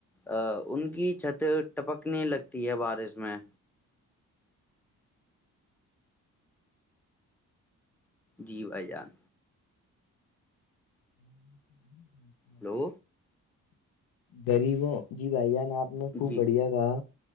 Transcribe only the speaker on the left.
<unintelligible>
غریبوں جی بھائی جان آپ نے
خوب بڑھیا کہا